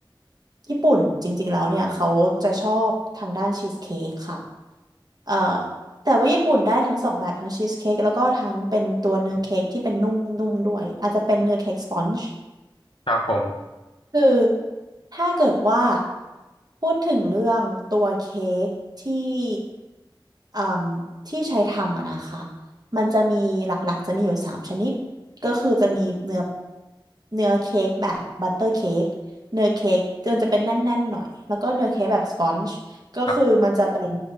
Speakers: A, on the right (about 50°); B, on the left (about 80°).
A: ญี่ปุ่นจริงๆแล้วเนี่ยเขาจะชอบทางด้านชีสเค้กค่ะเอ่อแต่ว่าญี่ปุ่นได้ทั้งสองแบบทั้งชีสเค้กแล้วก็ทั้งเป็นตัวเนื้อเค้กที่เป็นนุ่มๆด้วยอาจจะเป็นเนื้อเค้กสปอนจ์
B: ครับผม
A: คือถ้าเกิดว่าพูดถึงเรื่องตัวเค้กที่อืมที่ใช้ทำอะนะคะมันจะมีหลักๆจะมีอยู่สามชนิดก็คือจะมีเนื้อเนื้อเค้กแบบบัตเตอร์เค้กเนื้อเค้กมันจะเป็นแน่นๆหน่อยแล้วก็เนื้อเค้กแบบสปอนจ์ก็คือมันจะเป็น
B: ครับ